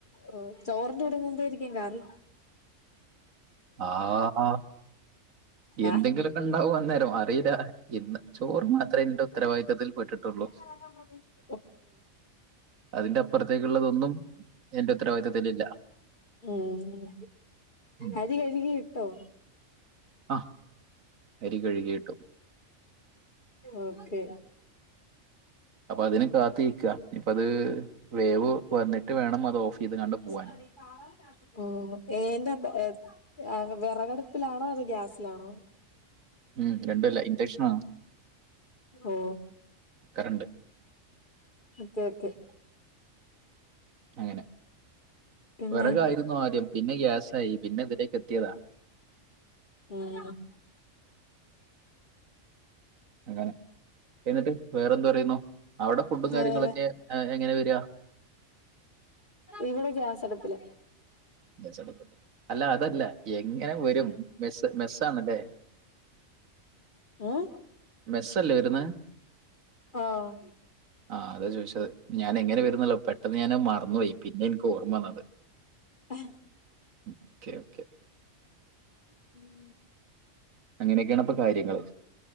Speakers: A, on the left (about 40°); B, on the right (about 85°).
A: ഓ. ചോറിന്റെ കൂടെന്ന് ന്തായിരിക്കും കറി?
B: ആ ഹ എന്തെങ്കിലുമൊക്കെ
A: ഏഹ്
B: ഉണ്ടാവും അന്നേരം അറിയില്ല ഇ ന്ന്ചോറ് മാത്രമേ എന്റെ ഉത്തരവാദിത്തത്തിൽ പെട്ടിട്ടുള്ളൂ
A: <unintelligible>
B: അതിന്റെ അപ്പുറത്തേക്കുള്ളതൊന്നും എന്റെ ഉത്തരവാദിത്തത്തിലില്ല
A: ഉം
B: ഉം.
A: അരി കഴുകി ഇട്ടോ
B: ആ അരി കഴുകിയിട്ടു
A: ഓക്കെ
B: അപ്പൊ അതിന് കാത്തിക്ക ഇപ്പ അത് വേവ് വന്നിട്ട് വേണം അത് ഓഫ് ചെയ്ത് കണ്ട്
A: എന്തുവാടി
B: പോവാൻ
A: ഓ ഏന്തവിറകടുപ്പിലാണോ. അതോ ഗ്യാസിലാണോ
B: ഉം രണ്ടുമല്ല ഇൻഡക്ഷനാണ്
A: ഓ
B: കറണ്ട്
A: ഒക്കെ ഓക്കെ
B: അങ്ങനെ
A: പിന്നെ
B: വെറകായിരുന്നു ആദ്യം പിന്നെ ഗ്യാസായി പിന്നെ ഇതിലേക്ക് എത്തിയതാ
A: ഉം
B: അങ്ങനെ എന്നിട്ട് വേറെ എന്ത് പറയുന്നു അവിടെ ഫുഡും
A: വേറെ
B: കാര്യങ്ങളൊക്കെ എങ്ങനെ വരിക
A: ഇവിടെ ഗ്യാസടപ്പില
B: ഗ്യാസ് അടുപ്പഅല്ല അതല്ല എങ്ങനെ വരും
A: ഉം
B: മെസ്സ് മെസ്സാണല്ലേ
A: ഉം
B: മെസ്സല്ലേ വരുന്ന
A: ആഹ്
B: ആഹ് അതെ ചോദിച്ചത് ഞാന് എങ്ങനെ വരുന്നല്ലോ പെട്ടെന്ന് ഞാൻ മറന്നു പോയി പിന്നെ എനിക്ക് ഓർമ്മ വന്നത്
A: ആ
B: ഓക്കെ ഓക്കെ
A: ഉം
B: അങ്ങനെയൊക്കാണ് അപ്പൊ കാര്യങ്ങള്